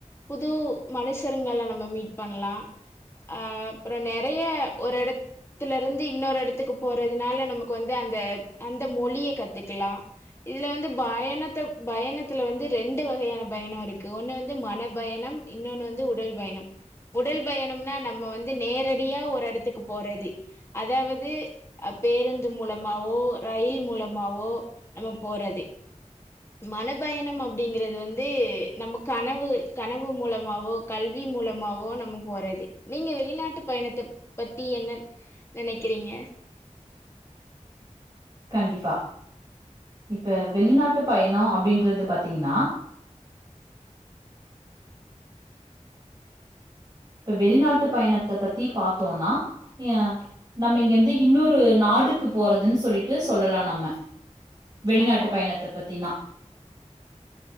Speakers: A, on the left; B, on the right.
A: புது மனுஷருங்கள நம்ம மீட் பண்லா அ அப்புற நெறைய ஒரு எடத்லருந்து இன்னொரு எடத்துக்கு போறதுனால நமக்கு வந்து அந்த- அந்த மொழியக் கத்துக்கலா இதுல வந்து பயணத்த பயணத்துல வந்து ரெண்டு வகையான பயணோ இருக்கு ஒண்ணு வந்து மன பயணம் இன்னொன்னு வந்து உடல் பயணம் உடல் பயணம்னா நம்ம வந்து நேரடியா ஒரு எடத்துக்கு போறது அதாவது அ பேருந்து மூலமாவோ ரயில் மூலமாவோ நம்ம போறது மன பயணம் அப்பிடிங்கிறது வந்து நம்ம கனவு -கனவு மூலமாவோ கல்வி மூலமாவோ நம்ம போறது நீங்க வெளிநாட்டுப் பயணத்தப் பத்தி என்ன நெனக்கிறீங்க
B: கண்டிப்பா இப்ப வெளிநாட்டு பயணோ அப்படின்றது பாத்தீங்கன்னா இப்ப வெளிநாட்டுப் பயணத்த பத்தி பாத்தோனா அ நம்ம இங்க இருந்து இன்னொரு நாடுக்கு போறதுன் சொல்லிட்டு சொல்லலா நம்ம வெளிநாட்டு
A: ஆமா.
B: பயணத்த பத்தினா